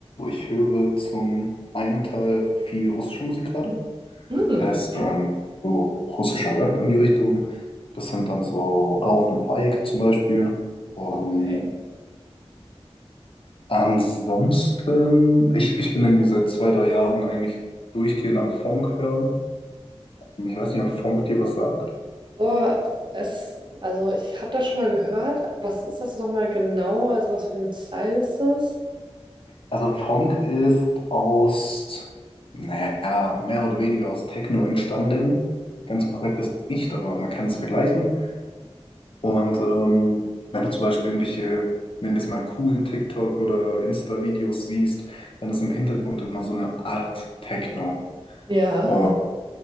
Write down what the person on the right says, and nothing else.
Hm,
okay.
okay.
Boah, es, also ich habe das schon mal gehört. Was ist das nochmal genau? Also was für ein Style ist das?
Ja.